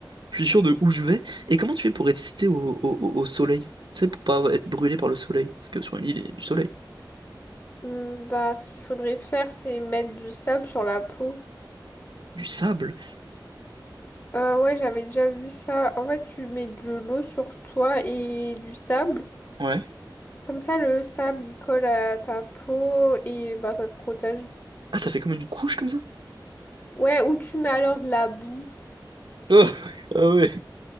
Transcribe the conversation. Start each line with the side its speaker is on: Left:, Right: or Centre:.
Right: je suis sûr de où je vais. Et comment tu fais pour résister au, au, au- au soleil? Tu sais, pour pas être brûlé par le soleil. Parce que sur une île, il y a du soleil,
Left: Hmm, bah, ce qu'il faudrait faire, c'est mettre du sable sur la peau.
Right: du sable.
Left: Euh, ouais, j'avais déjà vu ça. En fait, tu mets de l'eau sur toi et du sable.
Right: Ouais.
Left: Comme ça, le sable, il colle à ta peau et bah, ça te protège.
Right: Ah, ça fait comme une couche comme ça?
Left: Ouais, ou tu mets alors de la boue.
Right: <laughs> Ah ah ouais.